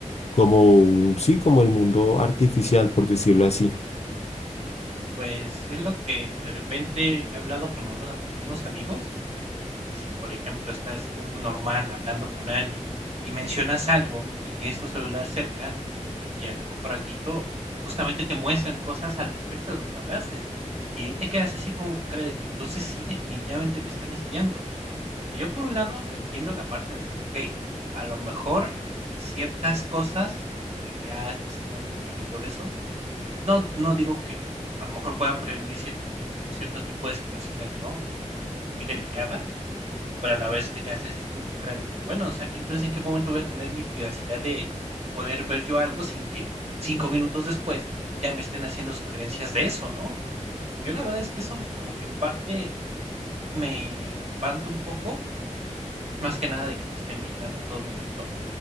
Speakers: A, on the left; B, on the right.
A: como un, sí, como el mundo artificial, por decirlo así?
B: Pues, es lo que de repente he hablado con una algunos amigos, que si, por ejemplo, estás tú normal hablando con alguien y mencionas algo y tienes tu celular cerca, y al poco ratito justamente te muestran cosas al respecto de lo que hablaste, y ahí te quedas así como con cara de que entonces sí, definitivamente me están espiando. Que yo por un lado entiendo la parte de que, okey, a lo mejor ciertas cosas de que, ah, te estén monitoreando y todo eso, no no digo que a lo mejor puedan prevenir cierte tip cierto tipo de situaciones, ¿no? Así como que muy delicadas, pero a la vez te quedas así tú con cara de que, bueno, o sea, que entonces, ¿en qué momento voy a tener mi privacidad de poder ver yo algo sin que 5 minutos después ya me estén haciendo sugerencias de eso, ¿no? Yo la verdad es que eso como que en parte me espanta un poco, más que nada de que te estén vigilando en todo momento,